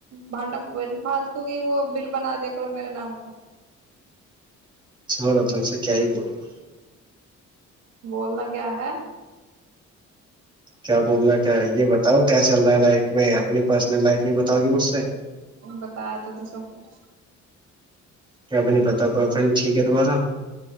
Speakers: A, on the right; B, on the right.
A: بھڈا پال کیکہ وہ بل بنا دیا کرو میرے نام کا
B: چ بلا تم سے کیا ہی بولوں
A: بولنا کیا ہے
B: کیا بول رہے ہے یہ بتاؤ کیا چل رہا ہے لائق میں اپنی پرسنل لائف نہیں بتاؤ گی مجھ سے
A: بتایا تو تھا سب کچھ
B: کیا بھی نہیں پتا بوائے فرینڈ ٹھیک ہے تمہارا